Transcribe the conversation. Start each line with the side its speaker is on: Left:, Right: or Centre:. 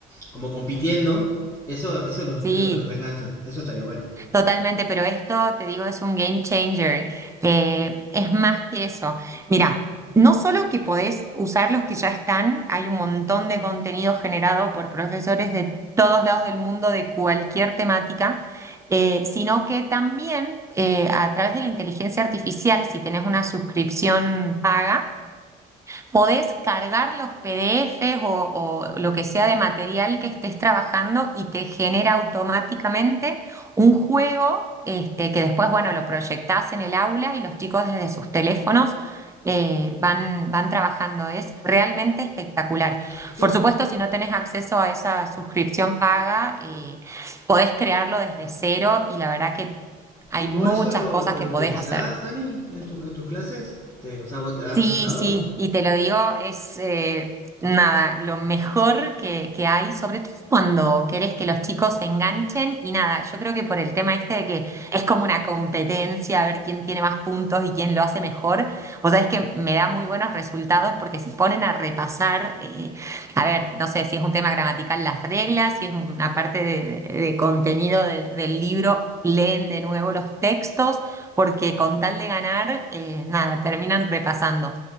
Left: como compitiendo. Eso, eso los,
Right: Sí.
Left: creo que los reenganchan. Eso estaría bueno.
Right: Totalmente, pero esto, te digo, es un game changer. Eh, es más que eso. Mira, no solo que podés usar los que ya están, hay un montón de contenido generado por profesores de todos lados del mundo de cualquier temática, eh, sino que también eh, a través de la inteligencia artificial, si tenés una suscripción paga, Podés cargar los PDFs o, o lo que sea de material que estés trabajando y te genera automáticamente un juego este, que después, bueno, lo proyectás en el aula y los chicos desde sus teléfonos eh, van, van trabajando. Es realmente espectacular.
Left: Y claro,
Right: Por supuesto,
Left: y,
Right: si no tenés acceso a esa suscripción paga, eh, podés crearlo desde cero y la verdad que hay
Left: y vos
Right: muchas
Left: eso lo,
Right: cosas que
Left: lo utilizás,
Right: podés hacer.
Left: Dani, en, tu, en tus clases? ¿Te, o sea, vos te das
Right: Sí,
Left: resultado?
Right: sí, y te lo digo, es eh, nada, lo mejor que, que hay, sobre todo cuando querés que los chicos se enganchen y nada, yo creo que por el tema este de que es como una competencia, a ver quién tiene más puntos y quién lo hace mejor, vos sabés que me da muy buenos resultados porque se ponen a repasar, eh, a ver, no sé si es un tema gramatical las reglas, si es una parte de, de- de contenido de- del libro, leen de nuevo los textos porque con tal de ganar, eh, nada, terminan repasando.